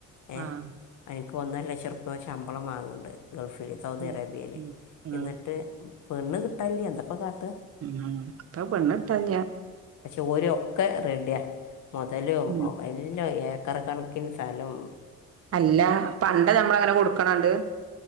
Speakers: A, on the left; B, on the right.
A: ഏഹ്
B: ആഹ്
A: അയി ക്ക് ഒന്നര ലക്ഷം ഉർപ്യ ഓൻ ശമ്പളം വാങ്ങ്ണ്ട് ഗൾഫില് സൗദി
B: ഉം
A: അറേബ്യേല്.
B: ഉം ഉം
A: എന്നിട്ട് പെണ്ണ് കിട്ടാനില്ല എന്തപ്പ കാട്
B: ഉം ഇപ്പ പെണ്ണ് കിട്ടാനില്ല്യ
A: പക്ഷെ ഓര് ഒക്കെ റെഡിയാ. മൊതലും
B: ഉം
A: എല്ലാം ഏ ക്കറ് കണക്കിന് സലം
B: അല്ല പണ്ട് നമ്മളങ്ങനെ കൊട്ക്കണോണ്ട്